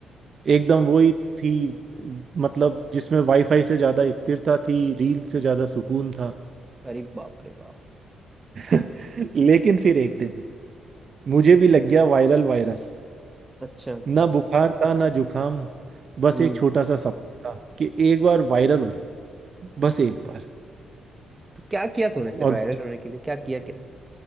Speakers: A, on the right; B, on the right.
A: एकदम वही थी मतलब जिसमें वाईफाई से ज्यादा स्थिरता थी रील से ज्यादा सुकून था
B: अरे बाप रे बाप
A: <laughs> लेकिन फिर एक दिन मुझे भी लग गया वायरल वायरस
B: अच्छा
A: ना बुखार था ना जुखाम बस
B: हम्म
A: एक छोटा सा सपना था कि एक बार वायरल हो जाऊं बस एक बार
B: तो क्या किया तूने फिर
A: और
B: वायरल होने के लिए क्या किया क्या